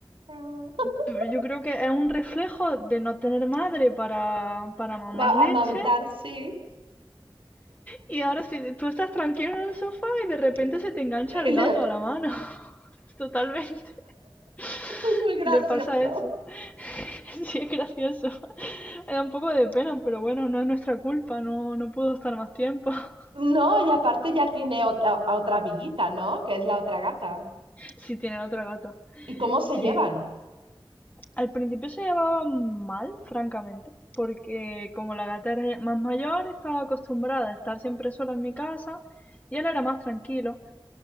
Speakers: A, on the right; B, on the left.
A: <laughs>
B: Pero Yo creo que es un reflejo de no tener madre para, para mamar
A: Va a
B: leche.
A: amamantar, sí.
B: Y ahora si tú estás tranquilo en el sofá y de repente
A: Eh,
B: se te engancha
A: El
B: el
A: dedo.
B: gato a la mano. <laughs> Totalmente. <laughs>
A: Eso <laughs> es muy gracioso.
B: Y le pasa eso. <laughs> Sí, es gracioso. Me da un poco de pena, pero bueno, no es nuestra culpa, no, no pudo estar más tiempo. <laughs>
A: No, y aparte ya tiene otra, a otra amiguita, ¿no? Que es la otra gata.
B: Sí, tienen otra gata.
A: ¿Y cómo se
B: Sí.
A: llevan?
B: Al principio se llevaban mal, francamente, porque como la gata era ya más mayor, estaba acostumbrada a estar siempre sola en mi casa y él era más tranquilo.